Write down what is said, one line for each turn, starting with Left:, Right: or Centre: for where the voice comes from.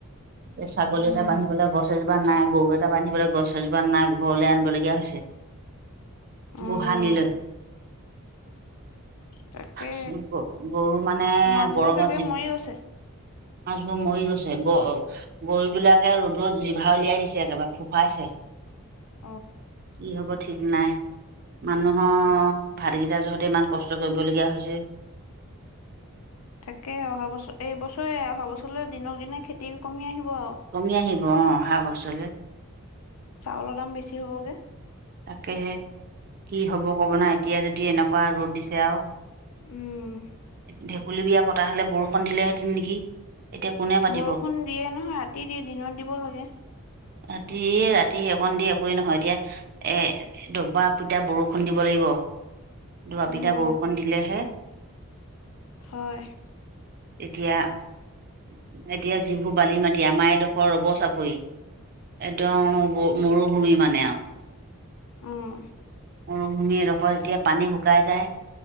Right: এয়া ছাগলী
Left: উম,
Right: এটা বান্ধিবলৈ গছ গছ এজোপা নাই গৰু এটা বান্ধিবলৈ গছ এজোপা নাই ঘৰলৈ আনিবলগীয়া হৈছে।
Left: অ',
Right: গোহালিলে।
Left: তাকে
Right: শ কৰ গৰম মানে
Left: মাছবোৰ
Right: গৰমত
Left: চাগে
Right: জি
Left: মৰি গৈছে।
Right: বোৰ মৰি গৈছে গ গৰু বিলাকে ৰ'দত জিভা উলিয়াই দিছে একেবাৰে ফুফাইছে
Left: <inaudible>
Right: কি হব ঠিক নাই। মানুহৰ ভাতকেইটা জহাতে ইমান কষ্ট কৰিবলগীয়া হৈছে।
Left: তাকে অহা বছৰ এই বছৰে অহা বছৰলৈ দিনৰক দিনে খেতি কমি আহিব। আৰু
Right: কমি আহিব অ অহা বছৰলৈ
Left: চাউলৰ দাম বেছি হ'বগে।
Right: তাকেহে কি হব কব না এতিয়া যদি এনেকুৱা ৰ'দ দিছে আৰু
Left: উম
Right: ভেকুলী বিয়া পতা হলে বৰষুন দিলে হেতেন নেকি। এতিয়া কোনে পাতিব
Left: বৰষুণ দিয়ে নহয় ৰাতি দিয়ে দিনত দিব লাগে।
Right: ৰাতি ৰাতি সেইকণ দি একোৱেইে নহয় এতিয়া। এ দবা পিতা বৰষুণ দিব লাগিব। ডবাপিতা
Left: উম
Right: বৰষুণ দিলেহে
Left: হয়।
Right: এতিয়া-এতিয়া যিবোৰ বালি মাতি আমাৰ এই ডোখৰ ৰব চাপৰি একদম মৰুভূমি মানে আৰু
Left: অহ
Right: মৰুভূমিডখৰ এতিয়া পানী শুকাই যায়